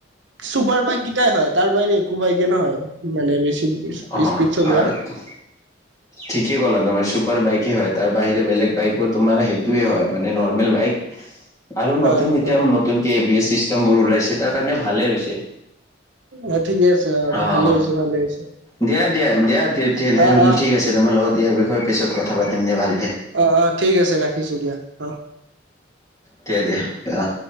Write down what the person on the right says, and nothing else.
চুপাৰ বাইক সেই কেটাই হয়। তাৰ বাহিৰে একো বাইকে নহয়, মানে বেছি
স্পীড চলোৱা।
হয়, হয়,
অ' ঠিকে আছে অ'।
ভালে হৈছে ভালে হৈছে।
অ', অ',
অ' - অ' ঠিক আছে। ৰাখিছোঁ দিয়া। অ'।